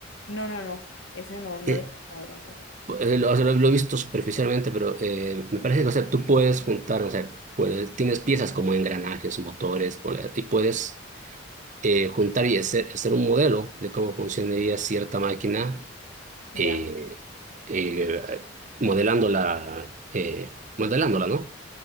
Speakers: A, on the left (about 75°); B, on the right (about 40°).
A: no, no, no. Ese no, no
B: Eh,
A: lo he escuchado tampoco.
B: eh, lo, o sea, lo- lo he visto superficialmente, pero eh, me parece que, o sea, tú puedes juntar, o sea, puedes, tienes piezas como engranajes, motores, bola- y puedes eh, juntar y hacer, hacer un modelo de cómo funcionaría cierta máquina,
A: Ya,
B: eh, eh, modelándola, eh, modelándola, ¿no?